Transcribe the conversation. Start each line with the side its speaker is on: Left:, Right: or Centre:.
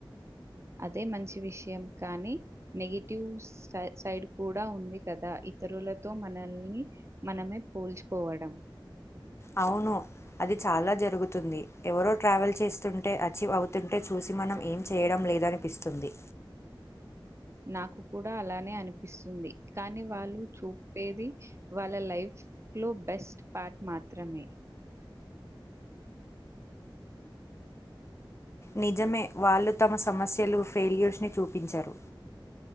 Right: అదే మంచి విషయం కానీ, నెగిటివ్ సై సైడ్ కూడా ఉంది కదా, ఇతరులతో మనల్ని మనమే పోల్చుకోవడం
Left: అవును, అది చాలా జరుగుతుంది, ఎవరో ట్రావెల్ చేస్తుంటే అచీవ్ అవుతుంటే చూసి మనం ఏం చేయడం లేదనిపిస్తుంది.
Right: నాకు కూడా అలానే అనిపిస్తుంది, కానీ వాళ్ళు చూపేది వాళ్ళ లైఫ్ లో బెస్ట్ పార్ట్ మాత్రమే
Left: నిజమే వాళ్లు తమ సమస్యలు ఫెయిల్యూర్స్ ని చూపించారు